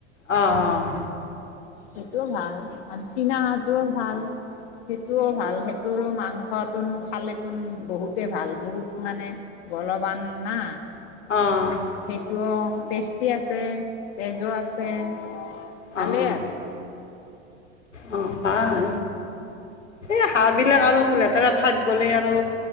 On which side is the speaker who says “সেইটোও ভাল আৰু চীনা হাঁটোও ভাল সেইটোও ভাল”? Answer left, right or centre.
Left